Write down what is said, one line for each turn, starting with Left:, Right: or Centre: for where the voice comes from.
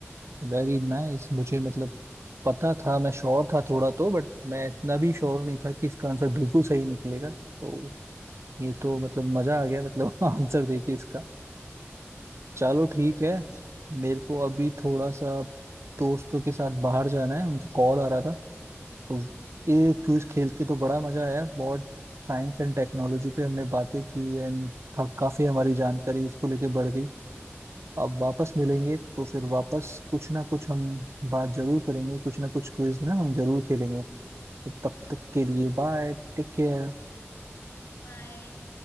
Right: वेरी नाइस मुझे मतलब पता था मैं श्योर था थोड़ा तो बट मैं इतना भी श्योर नहीं था कि इसका आंसर बिल्कुल सही निकलेगा तो ये तो मतलब मजा आ गया मतलब <laughs> आंसर देखिए इसका चलो ठीक
Left: हाँ
Right: है
Left: जी
Right: मेरे को अभी थोड़ा सा दोस्तों के साथ बाहर जाना है उनके कॉल आ रहा था तो ये क्विज खेल के तो बड़ा मजा आया बहुत साइंस एंड टेक्नोलॉजी पे हमने बातें की एंड काफी हमारी जानकारी उसको लेके बढ़ गई अब वापस मिलेंगे तो फिर वापस कुछ ना कुछ हम बात जरूर करेंगे कुछ ना कुछ क्विज ना हम जरूर खेलेंगे तो तब तक के लिए बाय टेक केयर
Left: बाय